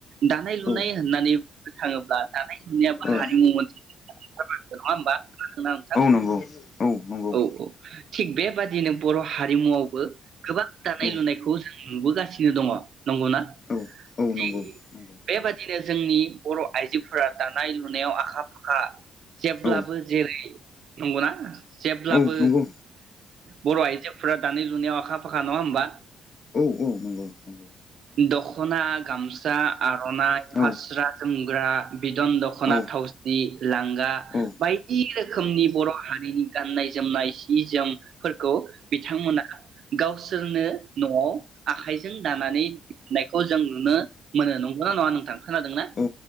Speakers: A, on the right; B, on the left.
A: दानाय लुनाय
B: औ
A: होननानै बुंनो थाङोब्ला दानाय लुनायाबो
B: औ
A: हारिमु मोनसे नङा होमबा <unintelligible> नोंथां
B: नंगौ औ नंगौ
A: औ औ थिग बेबादिनो बर' हारिमुआवबो गोबां दानाय
B: औ
A: लुनायखौ जों नुबोगासिनो दङ नंगौ ना
B: औ औ
A: थिक
B: नंगौ नंगौ
A: बेबादिनो जोंनि बर' आइजोफोरा दानाय लुनायाव आखा फाखा जेब्लाबो
B: औ
A: जेरै नंगौ ना जेब्लाबो
B: औ नंगौ
A: बर' आइजो फोरा दानि लुनायाव आखा फाखा नङा होमबा
B: औ औ नंगौ नंगौ
A: दखना गामसा आर'नाइ
B: औ
A: फास्रा जोमग्रा बिदन दख'ना
B: औ
A: थावसि लांगा
B: औ
A: बायदि रोखोमनि बर' हारिनि गाननाय जोमनाय सि जोम फोरखौ बिथांमोना गावसोरनो नआव आखाइजों दानानै दिहुननायखौ जों नुनो मोनो नंगौना नङा नोंथां खोनादोंना
B: औ